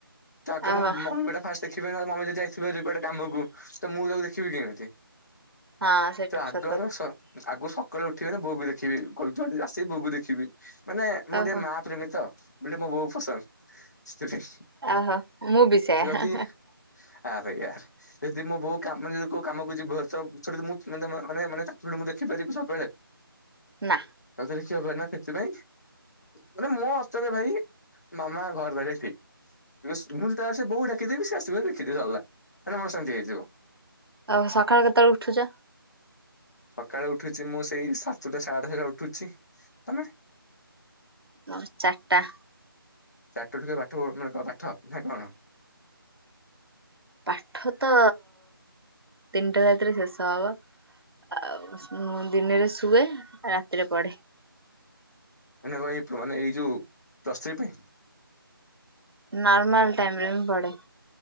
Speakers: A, on the left (about 45°); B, on the right (about 80°).
A: ତ ଆଗେ
B: ଓହୋ
A: ମୋ ମମିଟା ଫାଷ୍ଟ ଦେଖିବି ମମି ଯଦି ଯାଇଥିବ କୁଆଟେ କାମକୁ ତ ମୁଁ ତାକୁ ଦେଖିବି କେମିତି
B: ହଁ ସେଇଠି
A: ତ ଆଗର
B: ସତ କଥା
A: ସ ଆଗ ସକାଳେ ଉଠିବି ମାନେ ବୋଉକୁ ଦେଖିବି <unintelligible> ଆସିକି ବୋଉକୁ ଦେଖିବି। ମାନେ ମୁଁ
B: ଓହୋ
A: ଟିକେ ମା ପ୍ରେମୀ ତ <unintelligible> ମୋ ବହୁତ ପସନ୍ଦ ସେଥିପାଇଁ।
B: ଓହୋ ମୁଁ ବି ସେୟା
A: ଯଦି ଆ ଭାଇ ଆ ଯଦି ମୁଁ ବୋଉ କାମ ମାନେ କୋଉ କାମକୁ ଯିବ ତ ସେଠି ମୁଁ ମାନେ ମାନେ ତାକୁୁ ମୁଁ ଦେଖି ପାରିବି ସବୁବେଳେ
B: ନା।
A: <unintelligible> ହବ ନା ସେଥିପାଇଁ ମାନେ ମୋ ଅସ୍ତରେ ଭାଇ ମାମା ଘର ରହେବା ଠିକ। ୟେସ୍ ମୁଁ ଯେତେଳେ ଆସେ ବୋଉ ଡାକିଦେବି ସେ ଆସିବ ଦେଖିଦିଏ ସରିଲା କାରଣ ମୋର ସେମତି ହେଇଯିବ।
B: ଆଉ ସକାଳ କେତେବେଳେ ଉଠୁଛ?
A: ସକାଳେ ଉଠୁଛି ମୁଁ ସେଇ ସାତଟା ସାଢେ ସାତଟା ଉଠୁଛି ତମେ?
B: <unintelligible> ଚାରିଟା।
A: ଚାଟ ଟିକ ପାଠ ମାନେ ପାଠ ନା କଣ?
B: ପାଠ ତ ତିନିଟା ରାତିରେ ଶେଷ ହବ? ଆଉ ମୁଁ ଦିନରେ ଶୁଏ ରାତିରେ ପଢେ।
A: ମାନେ କଣ ଏଇ ମାନେ ଏଇ ଯୋଉ ପ୍ଲସଥ୍ରୀ ପାଇଁ।
B: ନର୍ମାଲ ଟାଇମରେ ମୁଁ ପଡେ।